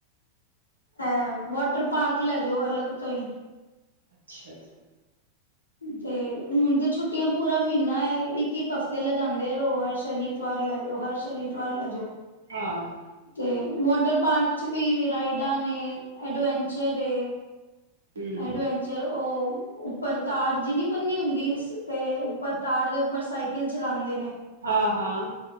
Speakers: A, on the left; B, on the right.
A: ਐ ਵੋਟਰ ਪਾਰਕ ਲੈ ਜਾਓ, ਅਲਗ ਤੋਂ ਹੀ।
B: ਅੱਛਾ, ਅੱਛਾ।
A: ਤੇ ਹੁਣ ਤੇ ਛੁੱਟੀਆਂ ਪੂਰਾ ਮਹੀਨਾ ਹੈ। ਇੱਕ-ਇੱਕ ਹਫ਼ਤੇ ਲੈ ਜਾਂਦੇ ਰਹੋ। ਹਰ ਸ਼ਨੀ-ਇਤਵਾਰ ਲੈ ਜਾਓ, ਹਰ ਸ਼ਨੀ- ਇਤਵਾਰ ਲੈ ਜਾਓ।
B: ਹਾਂ।
A: ਤੇ ਵਾਟਰ ਪਾਰਕ ਚ ਵੀ ਰਾਈਡਾਂ ਨੇ, ਐਡਵੈਂਚਰ ਏ।
B: ਹਮ
A: ਅਡਵੈਂਚਰ ਉਹ ਉੱਪਰ ਤਾਰ ਜੀ ਨੀ ਬੰਣਨੀ ਹੁੰਦੀ, ਤੇ ਉੱਪਰ ਤਾਰ ਦੇ ਉੱਪਰ ਸਾਈਕਲ ਚਲਾਂਦੇ ਨੇ।
B: ਹਾਂ, ਹਾਂ।